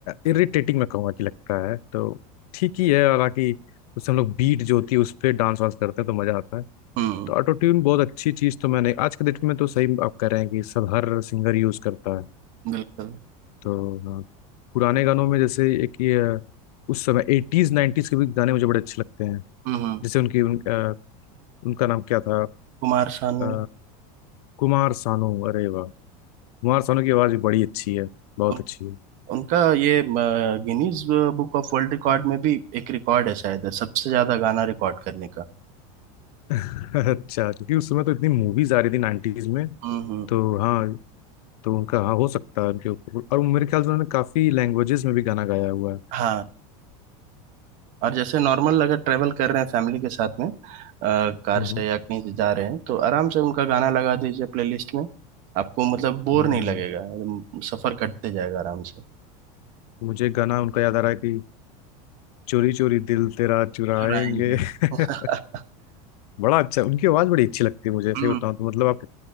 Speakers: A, on the left; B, on the right.
A: इरिटेटिंग मैं कहूँगा कि लगता है तो ठीक ही है हालांकि उससे हम लोग बीट जो होती है उस पर डांस वांस करते हैं तो मजा आता है
B: हम्म,
A: तो ऑटो ट्यून बहुत अच्छी चीज़ तो मैंने आज के डेट में तो सही आप कह रहे हैं कि सब हर सिंगर यूज करता है
B: बिल्कुल
A: तो हाँ, पुराने गानों में जैसे एक ये अ, उस समय एटीज नाइन्टीज के भी गाने मुझे बड़े अच्छे लगते हैं
B: हम्म
A: जैसे उनकी उन, अ, उनका नाम क्या था
B: कुमार सानू
A: अ, कुमार सानू अरे वाह कुमार सानू की आवाज भी बड़ी अच्छी है बहुत
B: उन,
A: अच्छी है
B: उनका ये Guinness book of world record में भी एक रिकॉर्ड है शायद सबसे ज्यादा गाना रिकॉर्ड करने का
A: <laughs> अच्छा क्योंकि उस समय तो इतनी मूवीज आ रही थी नाइन्टीज में
B: हम्म हम्म,
A: तो हाँ तो उनका हाँ हो सकता है उनके ऊपर और मेरे ख्याल से उन्होंने काफी लैंग्वेजेस में भी गाना गाया हुआ है
B: हाँ और जैसे नॉर्मल अगर ट्रेवल कर रहे हैं फैमिली के साथ में अ, कार
A: हम्म,
B: से या कहीं से जा रहे हैं तो आराम से उनका गाना लगा दीजिए प्लेलिस्ट में आपको मतलब बोर
A: हाँ,
B: नहीं लगेगा एकदम सफर कटते जाएगा आराम से
A: मुझे गाना उनका याद आ रहा है कि चोरी चोरी दिल तेरा चुराएंगे
B: चुराएंगे
A: <laughs>
B: <laughs>
A: बड़ा अच्छा उनकी आवाज बड़ी अच्छी लगती है मुझे ऐसे
B: हम्म
A: बताऊं तो मतलब आप